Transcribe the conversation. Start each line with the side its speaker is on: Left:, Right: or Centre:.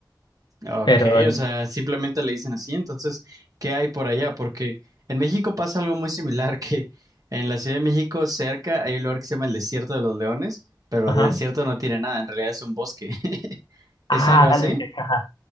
Right: Ok,
Left: pero... el-
Right: o sea, simplemente le dicen así. Entonces, ¿qué hay por allá? Porque en México pasa algo muy similar, <laughs> que en la Ciudad de México, cerca, hay un lugar que se llama el Desierto de los Leones, pero
Left: Ajá.
Right: de desierto no tiene nada, en realidad es un bosque. <laughs> ¿Es
Left: Ah,
Right: algo así?
Left: dale, qué caja.